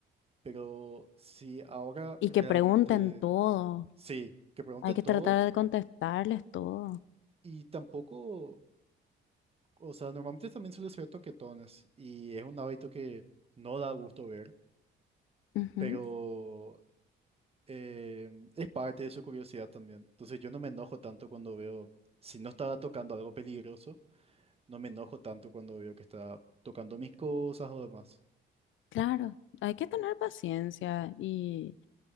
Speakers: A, on the right (about 30°); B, on the left (about 75°).
A: Pero si ahora
B: y
A: realmente,
B: que pregunten todo.
A: sí, que pregunten
B: Hay que
A: todo
B: tratar de contestarles todo.
A: y tampoco, o sea, normalmente también suele ser toquetones y es un hábito que no da gusto ver,
B: Ujú,
A: pero... eh, es parte de su curiosidad también. Entonces yo no me enojo tanto cuando veo, si no estaba tocando algo peligroso, no me enojo tanto cuando veo que está tocando mis cosas o demás.
B: Claro, hay que tener paciencia y